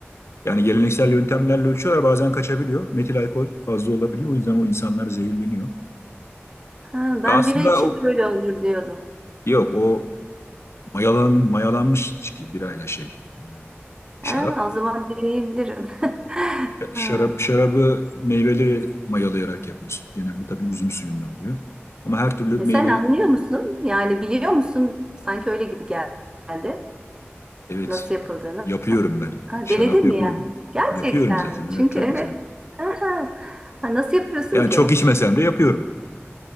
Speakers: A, on the left; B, on the right.
A: Yani geleneksel yöntemlerle ölçüyorlar bazen kaçabiliyor. Metil alkol fazla olabiliyor. O yüzden o insanlar zehirleniyor.
B: ha,
A: Ya
B: ben
A: aslında
B: bira için
A: o
B: de öyle olur diyordum.
A: yok o mayalan, mayalanmış içki birayla şey e, şarap.
B: Ha, o zaman deneyebilirim. <laughs>
A: Ş-
B: Ha.
A: Şarap şarabı meyveleri mayalayarak yapıyorsun. Genelde tabii üzüm suyundan oluyor. Ama her türlü
B: E
A: meyveyi
B: Sen anlıyor musun? Yani biliyor musun? Sanki öyle gibi geldi.
A: evet
B: Nasıl yapıldığını.
A: yapıyorum ben.
B: Ha,
A: Şarap
B: denedin
A: yapıyorum.
B: mi yani? Gerçekten
A: Yapıyorum zaten.
B: mi? Çünkü
A: Evet tabii
B: evet.
A: tabii.
B: Aha. Ha, nasıl yapıyorsun
A: Yani
B: ki?
A: çok içmesem de yapıyorum.